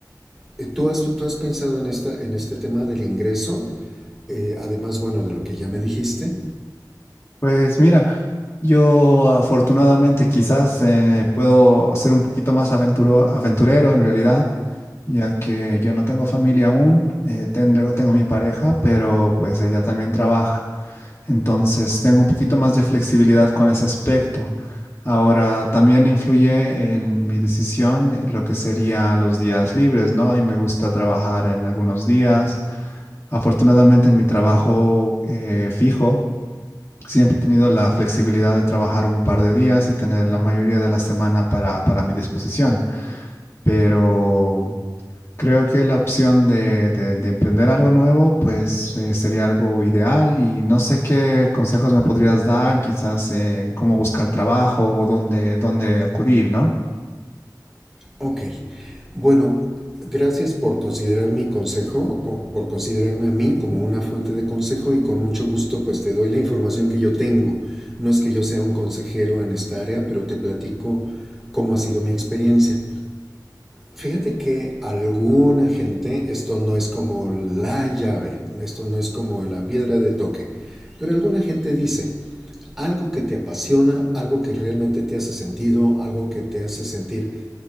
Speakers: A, in the centre; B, on the left.
A: Eh, ¿Tú has, tú has pensado en, esta, en este tema del ingreso? Eh, además, bueno, de lo que ya me dijiste.
B: Pues mira, Yo afortunadamente quizás eh, puedo ser un poquito más aventuro- aventurero en realidad, ya que yo no tengo familia aún, eh, tengo, tengo mi pareja, pero pues ella también trabaja. Entonces tengo un poquito más de flexibilidad con ese aspecto. Ahora también influye en mi decisión eh, lo que sería los días libres, ¿no? Y me gusta trabajar en algunos días. Afortunadamente en mi trabajo eh, fijo. Siempre he tenido la flexibilidad de trabajar un par de días y tener la mayoría de la semana para, para mi disposición, pero creo que la opción de, de- de emprender algo nuevo, pues eh, sería algo ideal y no sé qué consejos me podrías dar, quizás eh, en cómo buscar trabajo o dónde, dónde acudir, ¿no?
A: Ok. Bueno, gracias por considerar mi consejo, co- por considerarme a mí como una fuente de consejo y con mucho gusto pues te doy la información que yo tengo. No es que yo sea un consejero en esta área, pero te platico cómo ha sido mi experiencia. Fíjate que alguna gente, esto no es como la llave, esto no es como la piedra de toque, pero alguna gente dice, algo que te apasiona, algo que realmente te hace sentido, algo que te hace sentir,